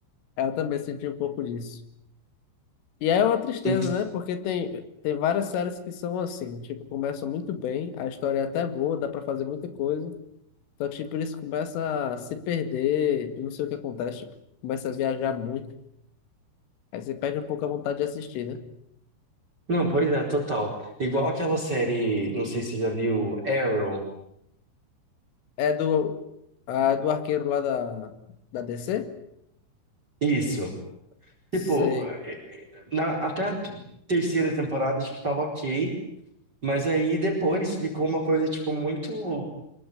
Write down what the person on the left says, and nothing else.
Eu também senti um pouco disso. E é uma tristeza,
né? Porque tem, tem várias séries que são assim, tipo, começam muito bem, a história é até boa, dá pra fazer muita coisa, só que, tipo, isso começa a se perder, eu não sei o que acontece, tipo, começa a viajar muito, aí você perde um pouco a vontade de assistir, né?
É do, a, do arqueiro lá da, da DC?
Sei.